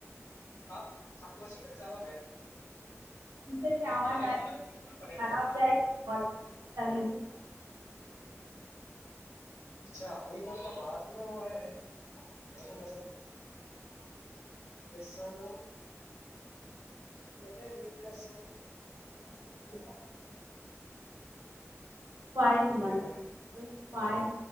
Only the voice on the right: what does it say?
پوچھے تھ آواز
آ
رہی
ہے میری
خراب
جائے
گیز ن
<inaudible> فائو
منتھس